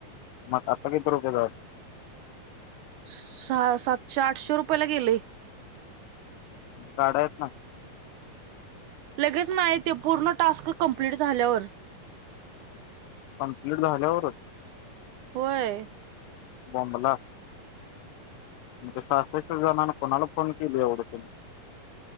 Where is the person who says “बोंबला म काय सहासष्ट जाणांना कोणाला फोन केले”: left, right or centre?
Left